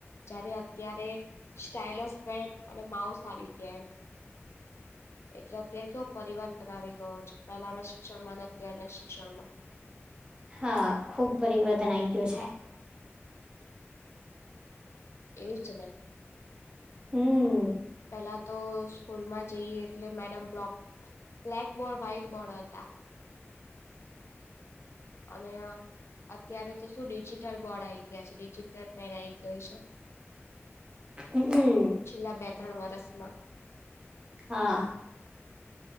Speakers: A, on the left (about 65°); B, on the right (about 20°).
A: જયારે અત્યારે સ્ટાઈલસ પેન્ટ અને માઉસ આવી ગયા. એટલે અત્યારે તો પરિવર્તન આવી ગયો છે. પહેલાના શિક્ષણમાં ન ત્યારનાં શિક્ષણમાં
B: હા, ખૂબ પરિવર્તન આય ગયું છે.
A: એજને.
B: હમ
A: પેલા તો સ્કૂલમાં જઈએ એટલે madam block black board white board હતા. અને આ અત્યારે તો શું ડિજિટલ બોર્ડ આઈ ગયા છે ડિજિટલ પેન આઈ ગઈ છે.
B: હ હમ.
A: છેલ્લા બે ત્રણ વર્ષમાં.
B: હા.